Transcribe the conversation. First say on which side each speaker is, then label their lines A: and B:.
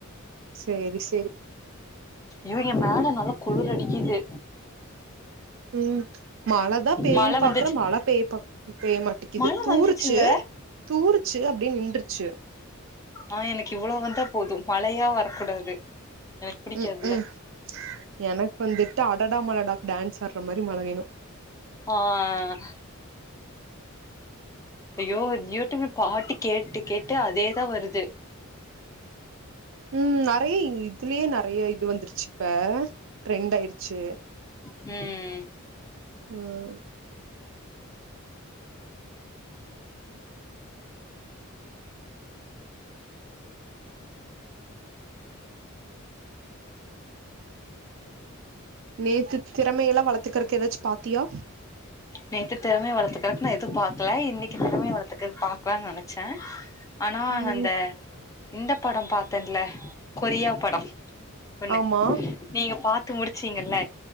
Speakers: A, on the right; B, on the left.
A: சரி சரி
B: யோ என் மேல நல்லா குழுர் அடிக்குிது
A: உஹம் மழைதா பெய்யும்ன்னு
B: மழ
A: பாக்குற
B: வந்துச்சு
A: மழை பெய்ய பெய்ய மாட்டி கிது
B: மழ
A: தூறுச்சு
B: வந்துச்சுல்ல
A: தூருச்சு அப்படினு நின்றுச்சு
B: ஆஹ் எனக்கு இவ்வளவு வந்தா போது மழையா வரக்கூடாது எனக்கு பிடிக்காதுல்ல
A: உம் கும் எனக்கு வந்துட்டு அடடாமல டான்ஸ் ஆடுற மாதிரி மழ வேணும்
B: ஆஹ் ஐயோ யூடியூப்ல பாட்டு கேட்டு கேட்டு அதேதா வருது
A: உம் நரைய இதுலயே நிறைய இது வந்துருச்சு இப்ப ட்ரெண்ட் ஆயிடுச்சு
B: உஹம்
A: உம் நேத்து திறமையெல்லா வளர்த்துறக்கு ஏதாச்சு பாத்தியா
B: நேத்து திறமை வளர்த்துறக்கு நா எதுவு பாக்கல இன்னைக்கு திறமை வளருக்குற பாக்கலாம்னு நினைச்ச ஆனா
A: ம்
B: அந்த இந்த படம் பாாரத்தேன்ல கொரியா படம் சொன்னு
A: ஆமா
B: நீங்க பாத்து த்து முடிச்சிங்கல்ல